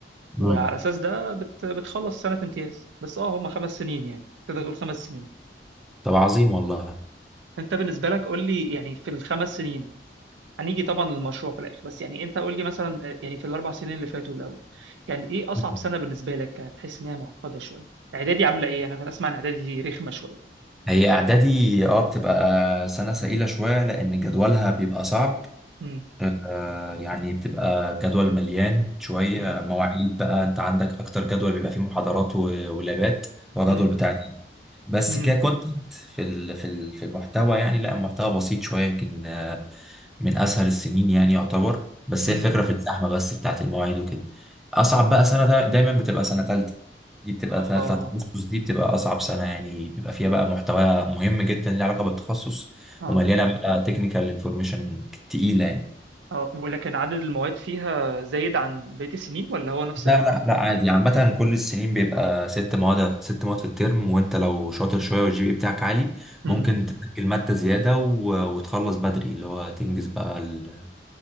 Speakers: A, in the centre; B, on the right (about 85°).
A: مم.
B: وعلى أساس ده بت... بتخلص سنة امتياز بس اه هما خمس سنين يعني تقدر تقول خمس سنين
A: طب عظيم والله
B: أنت بالنسبة لك قول لي يعني في الخمس سنين هنيجي طبعا للمشروع في الاخر بس يعني انت قول لي مثلا آه، يعني في الاربع سنين اللي فاتوا الاول كان ايه اصعب
A: مم.
B: سنه بالنسبه لك كانت تحس ان هي معقده شويه اعدادي عامله ايه انا كنت اسمع ان اعدادي رخمه شويه
A: هي اعدادي اه بتبقى سنه سئيله شويه لان جدولها بيبقى صعب
B: امم
A: آه، يعني بتبقى جدول مليان شوية
B: امم
A: آه، مواعيد بقى انت عندك اكتر جدول بيبقى فيه محاضرات و- ولابات وجدول
B: امم
A: بتاع دين بس
B: امم
A: ككونتنت في ال في ال في المحتوى يعني لا المحتوى بسيط شوية يمكن آه، من اسهل السنين يعني يعتبر بس
B: أمم.
A: هي الفكرة في الزحمة بس بتاعت المواعيد وكده اصعب بقى سنة دا- دايما بتبقى سنة تالتة دي بتبقى
B: اه
A: سنة بتاعت التخصص دي بتبقى أصعب سنة يعني بيبقى فيها بقى محتوى مهم جدا ليه علاقة بالتخصص
B: اه
A: ومليانة بقى تكنيكال انفورميشن تقيلة يعني
B: اه ولكن عدد المواد فيها زايد عن بقيه السنين ولا هو نفس
A: لا
B: الرقم
A: لا لا عادي عامة كل السنين بيبقى ست مواد ست مواد في الترم وانت لو شاطر شوية والجي بي بتاعك عالي
B: امم
A: ممكن تسجل مادة زيادة و... وتخلص بدري اللي هو تنجز بقى ال...